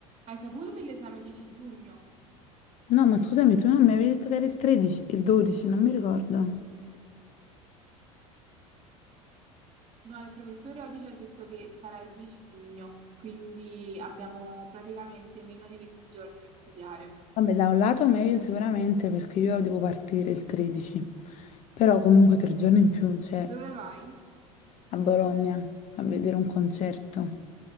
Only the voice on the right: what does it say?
Hai saputo dell'esame 10 giugno?
No, il professore oggi ci ha detto che sarà il 10 giugno, quindi abbiamo praticamente meno di 20 giorni per studiare.
Dove vai?